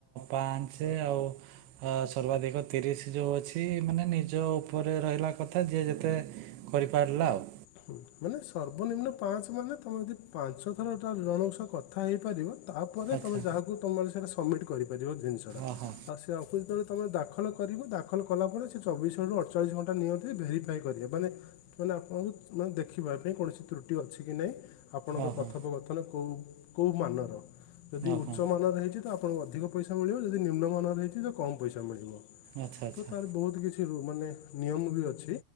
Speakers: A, on the right; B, on the left.
A: ପାଞ୍ଚ ଆଉ ସର୍ବାଧିକ ତିରିଶ ଯୋଉ ଅଛି ମାନେ ନିଜ ଉପରେ ରହିଲା କଥା ଯିଏ ଯେତେ କରିପାରିଲା ଆଉ।
B: ହୁଁ ମାନେ ସର୍ବନିମ୍ନ ପାଞ୍ଚ ମାନେ ତୁମେ ଯଦି ପାଞ୍ଚ ଥର ଜଣଙ୍କ ସହ କଥା ହେଇପାରିବ ତାପରେ
A: ଆଚ୍ଛା
B: ତମେ ଯାହାକୁ ତମେମାନେ ସମ୍ମିଟ କରିପାରିବ ଜିନିଷ
A: ଓହୋ
B: ଟା <unintelligible> ତମେ ଦାଖଲ କରିବ ଦାଖଲ କଲା ପରେ ସେ ଚବିଶ ଘଣ୍ଟା ରୁ ଅଠଚଳିଶ ଘଣ୍ଟା ନିୟନ୍ତତି ଭେରିଫାଏ କରିବେ ମାନେ ମାନେ ଆପଣଙ୍କୁ ମାନେ ଦେଖିବା ପାଇଁ କୌଣସି ତ୍ରୁଟି ଅଛି କି ନାହିଁ ଆପଣଙ୍କ
A: ଓହୋ
B: କଥୋପକଥନ କେଉଁ କୋଉ ମାନର ଯଦି
A: ଓହୋ
B: ଉଚ୍ଚ ମାନର ହେଇଛି ଆପଣଙ୍କୁ ଅଧିକ ପଇସା ମିଳିବ ଯଦି ନିମ୍ନମାନରେ ହେଇଛି କମ ପଇସା ମିଳିବ
A: ଆଚ୍ଛା ଆଚ୍ଛା
B: ତ ତାର ବୋହୁତ୍ କିଛି ନିୟମ ବି ଅଛି